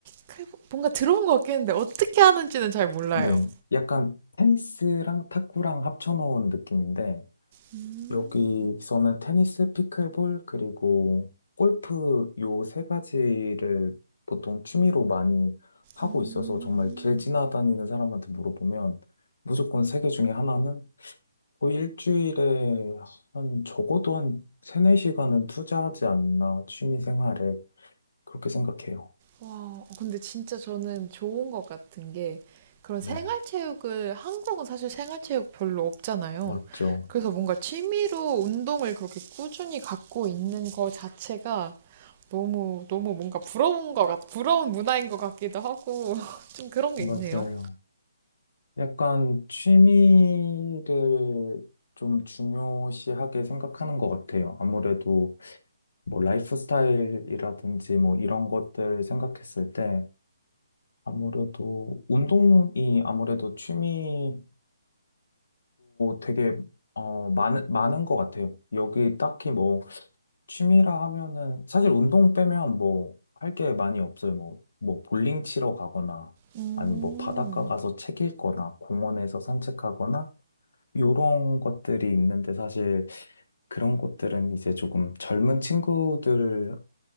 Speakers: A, on the right; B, on the left.
A: 그, 뭔가 들어온 것 같겠는데 어떻게 하는지는 잘 몰라요.
B: 네. 약간 테니스랑 탁구랑 합쳐놓은 느낌인데,
A: 음,
B: 여기서는 테니스, 피클볼, 그리고 골프 요 세 가지를 보통 취미로 많이 하고
A: 음.
B: 있어서 정말 길 지나다니는 사람한테 물어보면 무조건 세 개 중에 하나는 거의 일주일에 한 적어도 한 세네 시간은 투자하지 않나 취미 생활에 그렇게 생각해요.
A: 와, 어, 근데 진짜 저는 좋은 것 같은 게 그런
B: 네,
A: 생활체육을 한국은 사실 생활체육 별로 없잖아요.
B: 맞죠.
A: 그래서 뭔가 취미로 운동을 그렇게 꾸준히 갖고 있는 거 자체가 너무 너무 뭔가 부러운 것 같, 부러운 문화인 것 같기도 하고 <laughs> 좀 그런 게
B: 맞아요.
A: 있네요.
B: 약간 취미를 좀 중요시하게 생각하는 것 같아요. 아무래도 뭐 라이프 스타일이라든지 뭐 이런 것들 생각했을 때 아무래도 운동이 아무래도 취미로 되게 어 많은 많은 것 같아요. 여기 딱히 뭐 취미라 하면은 사실 운동 빼면 뭐 할 게 많이 없어요. 뭐 뭐 볼링 치러 가거나
A: 음.
B: 아니면 뭐 바닷가 가서 책 읽거나 공원에서 산책하거나 요런 것들이 있는데 사실 그런 것들은 이제 조금 젊은 친구들